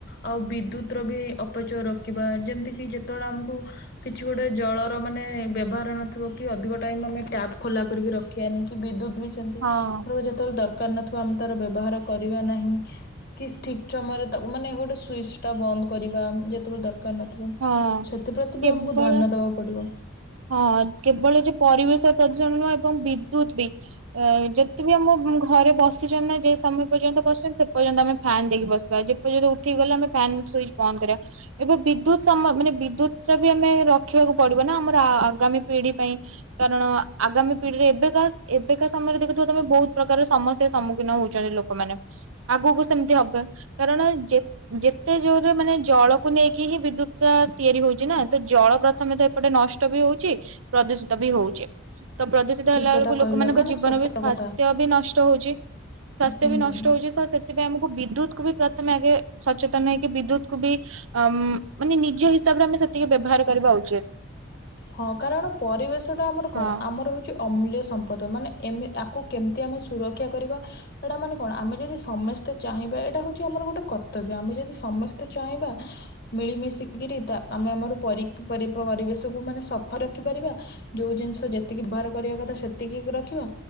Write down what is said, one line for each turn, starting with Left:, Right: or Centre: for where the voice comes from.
Left: ଆଉ ବିଦ୍ୟୁତର ବି ଅପଚୟ ରୋକିବା ଯେମିତିକି ଯେତେବେଳେ ଆମକୁ କିଛି ଗୋଟେ ଜଳର ମାନେ ବ୍ୟବହାର ନଥିବ କି ଅଧିକ ଟାଇମ୍ ଆମେ ଟ୍ୟାପ୍ ଖୋଲା କରିକି ରଖିବାନି କି ବିଦ୍ୟୁତ୍ ବି ସେମିତି
Right: ହଁ
Left: ଏଥରକ ଯେତେବେଳେ ଦର୍ ନଥିବ ଆମେ ତାର ବ୍ୟବହାର କରିବା ନାହିଁ କି ଠିକ୍ ଟ୍ରମା ରେ ତାକୁ ମାନେ ଗଟେ ସ୍ ସୁଇଚ୍ଟା ବନ୍ଦ କରିବା ଯେତେବେଳେ ଦରକାର ନଥିବ
Right: ହଁ
Left: ସେଥିପ୍ରତି
Right: କେବଳ
Left: ବି ଆମକୁ ଧ୍ୟନ୍ୟ ଦେବାକୁ ପଡ଼ିବ।
Right: ହଁ କେବଳ ଯେ ପରିବେଶ ପ୍ରଦୂଷଣ ନୁହଁ ଏବଂ ବିଦ୍ୟୁତତ୍ ବି ଏ ଯ ଯେ ବି ଆମ ଘରେ ବସିଛନ୍ତି ନା ଯେ ସମୟ ପର୍ଯ୍ୟନ୍ତ ବସିଛନ୍ତି ସେ ପର୍ଯ୍ୟନ୍ତ ଆମେ ଫ୍ୟାନ୍ ଦେଇକି ବସିବା ପା ଯେ ଯଦି ଉଠି ଗଲେ ଆମେ ଫ୍ୟାନ ସୁଇଚ୍ ବନ୍ଦ କରିବା। ଏବେ ବିଦ୍ୟୁତ ସମ ମାନେ ବିଦ୍ୟୁତ ର ବି ଆମେ ରଖିବାକୁ ପଡିବ ନା ଆମର ଆ-ଆଗାମୀ ପିଢି ପାଇଁ କାରଣ ଆଗାମୀ ପିଢିରେ ଏବେକା ଏବେକା ସମୟରେ ଦେଖୁିବ ତମେ ବହୁତ ପ୍ରକାର ସମସ୍ୟା ସମ୍ମୁଖୀନ ହଉଚନ୍ତି ଲୋକ ମାନେ ଆଗକୁ ସେମିତି ହବ କାରଣ ଯେ ଯେତେ ଜୋରରେ ମାନେ ଜଳକୁ ନେଇକି ହିଁ ବିଦ୍ୟୁତ୍ ଟା ନେଇକି ତିଆରି ହଉଛି ନା ତ ଜଳ ପ୍ରଥମେ ତ ନଷ୍ ତ ବି ହଉଛି ପ୍ରଦୂଷିତ ବି ହଉଚି। ତ ପ୍ରଦୂଷିତ
Left: ଠିକ୍
Right: ହେଲା
Left: କଥା
Right: ବେଳକୁ ଲୋକମାନଙ୍କ
Left: କହିଲ ମାନେ
Right: ଜୀବନ
Left: ସତ
Right: ବି ସ୍ଵାସ୍ଥ
Left: କଥା
Right: ବି ନଷ୍ଟ ହଉଚି। ସ୍ୱାସ୍ଥ୍ୟ
Left: ହୁଁ।
Right: ବି ନଷ୍ଟ ହଉଚି ସ ସେ ସେଥିପାଇଁ ଆମକୁ ବିଦ୍ୟୁତ୍ କୁ ବି ପ୍ରଥମେ ଆଗେ ସଚେତନ ହେଇକି ବିଦ୍ୟୁତ୍ କୁ ବି ଅମ୍ ମାନେ ନିଜ ହିସାବରେ ଆମେ ସେତିକି ବ୍ୟବହାର କରିବା ଉଚିତ୍।
Left: ହଁ କାରଣ ପରିବେଶ ଟା ଆମର କଣ
Right: ହଁ
Left: ଆମର ହଉ କି ଅମୂଲ୍ୟ ସମ୍ପଦ ମାନେ ଏମି ଆକୁ କେମିତି ଆମେ ସୁରକ୍ଷା କରିବା ଏଇଟା ମାନେ କଣ ଆମେ ଯଦି ସମସ୍ତେ ଚାହିଁବା ଏଇଟା ହଉଚି ଆମର ଗୋଟେ କର୍ତ୍ତବ୍ୟ ଆମେ ଯଦି ସମସ୍ତେ ଚାହିଁବା ମିଳିମିଶିକରି ଦା ଆମେ ଆମର ପରିକ୍- ପରିବେଶକୁ ମାନେ ସଫା ରଖିପାରିବା ଯୋଉ ଜିନିଷ ଯେତିକି ବ୍ୟବହାର କରିବା କଥା ସେତିକି ରଖିବା